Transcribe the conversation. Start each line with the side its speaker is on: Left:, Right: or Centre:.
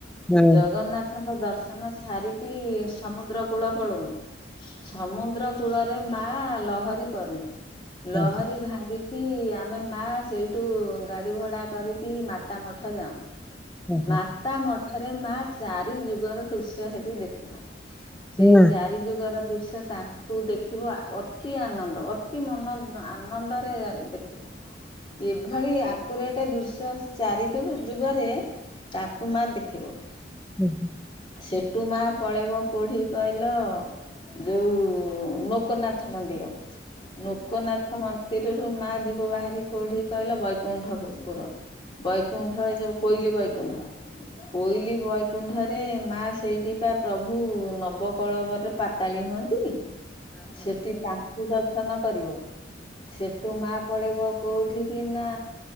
Centre: ହଁ
Left: ଜଗନ୍ନାଥଙ୍କ ଦର୍ଶନ ସାରିକି ସମୁଦ୍ର କୂଳ ପଳଉ। ସମୁଦ୍ର କୂଳରେ ମା ଲହରୀ କରୁ।
Centre: ହଁ
Left: ଲହରୀ ଭାଙ୍ଗିକି କି ଆମେ ମା ସେଇଠୁ ଗାଡି ଭଡା କରିକି ମାତା ମଠ ଯାଉ।
Centre: ହଁ ହଁ।
Left: ମାତା ମଠରେ ମା ଚାରି ଯୁଗର ଦୃଶ୍ୟ ହେଠି ଦେଖିବ। ସେଇ
Centre: ହଁ।
Left: ଚାରି ଯୁଗର ଦୃଶ୍ୟ ତା କୁ ଦେଖିବ ଅତି ଆନନ୍ଦ ଅତି ମନ ଆନନ୍ଦରେ ଦେଖିବ। ଏଭଳି ଆକୁରେଟେ ରେ ଦୃଶ୍ୟ ଚାରି ଯୁଗରେ ତାକୁ ମା ଦେ ଥିବ।
Centre: ଉଁ ହୁଁ।
Left: ସେଠୁ ମା ପଳେଇବ କେଉଠିକି କହିଲ? ଯୋଉ ଲୋକନାଥ ମନ୍ଦିର ଲୋକନାଥ ମନ୍ଦି ପିରି ରୁ ମା ଯିବ ବାହାରି କୋଉଠି କହିଲା ବୈକୁଣ୍ଠ ପୁର। ବୈକୁଣ୍ଠ ଏ ଯୋଉ କୋଇଲି ବୈକୁଣ୍ଠ। କୋଇଲି ବୈ ବୈକୁଣ୍ଠ ରେ ମା ସେଇଠି ବା ପ୍ରଭୁ ନବକଳବରେ ପାତାଳି ହୁଅନ୍ତି? ସେଠି ତାଙ୍କୁ ଦର୍ଶନ କରିବ। ସେଠୁ ମା ପଳେଇବ କୋଉଠି କି ନା